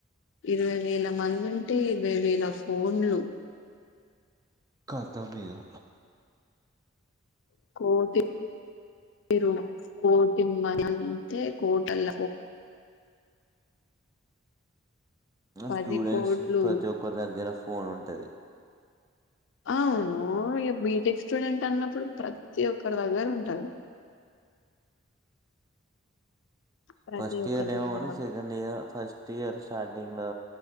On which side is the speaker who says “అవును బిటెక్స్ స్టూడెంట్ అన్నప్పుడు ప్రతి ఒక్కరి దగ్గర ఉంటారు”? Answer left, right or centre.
Left